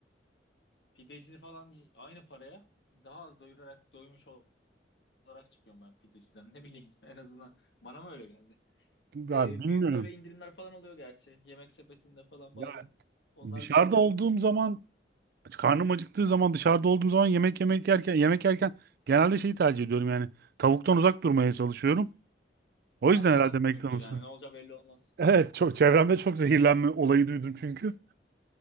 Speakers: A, on the left (about 80°); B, on the right (about 60°).
A: pideci falan aynı paraya daha az doyurarak doymuş ol- olarak çıkıyorum ben pideciden. Ne bileyim <laughs> en azından bana mı öyle geldi?
B: Ya
A: Ee,
B: bilmiyorum.
A: büyük böyle indirimler falan oluyor gerçi. Yemek sepetinde falan
B: Ya
A: bazen. Onlar
B: dışarıda
A: güzel oluyor.
B: olduğum zaman karnım acıktığı zaman dışarıda olduğum zaman yemek yemek yerken yemek yerken genelde şeyi tercih ediyorum yani tavuktan uzak durmaya çalışıyorum. O
A: Ha
B: yüzden
A: sakat
B: herhalde McDonald's'ı.
A: çünkü yani ne olacağı belli olmaz.
B: Evet çok çevremde çok zehirlenme olayı duydum çünkü.